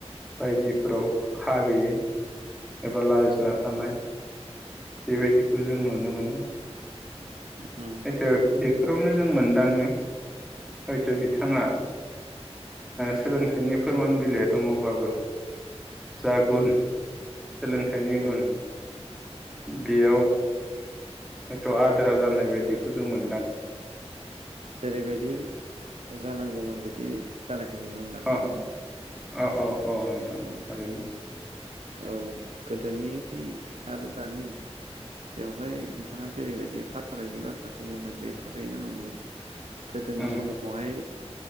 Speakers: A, in the centre; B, on the right.
A: बायदिफोराव हा गैयै एबा लाजिना थानाय बेबायदिखौ जों नुनो मोनो।
B: उम
A: हयथ' बेफोरावनो जों मोनदाङो हयथ' बिथाङा सोलोंथाइनि फोरमान बिलाइ दङब्लाबो जा गुन सोलोंथाइनि
B: जायग
A: गुन बेयाव हयथ' आद्रा जानाय बायदिखौ जों मो
B: जेरैबायदि जानांगौमोन बिदि जानायखौ नुनो मोनाखै
A: अ
B: नङा होमबा?
A: औ औ औ नोंथां
B: औ
A: थारैनो।
B: औ गोदोनि आरो दानि बेवहाय नोंथाङा जेरैबायदि फारागनि बाथ्राखौ बुंदों बे थारैनो नंगौ। गोदोनि
A: उम
B: समावहाय